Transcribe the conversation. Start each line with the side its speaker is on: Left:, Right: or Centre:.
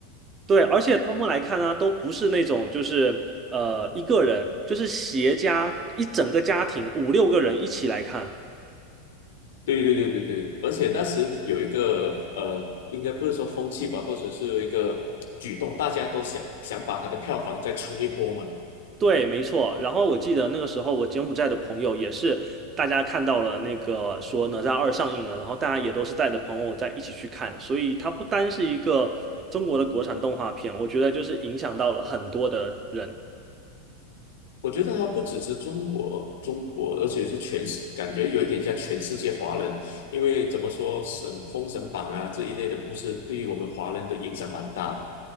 Right: 对，而且他们来看呢、都不是那种就是呃一个人，就是携家一整个家庭五六个人一起来看。
Left: 对对对对对，而且当时有一个呃，应该不是说风气吧，或者是一个举动，大家都想想把它的票房再冲一波嘛。
Right: 对，没错。然后我记得那个时候，我柬埔寨的朋友也是，大家看到了那个说《哪吒二》上映了，然后大家也都是带着朋友在一起去看，所以它不单是一个中国的国产动画片，我觉得就是影响到了很多的人。
Left: 我觉得它不只是中国，中国，而且是全世，感觉有一点像全世界华人，因为怎么说，神《封神榜》啊这一类的故事，对于我们华人的影响蛮大的。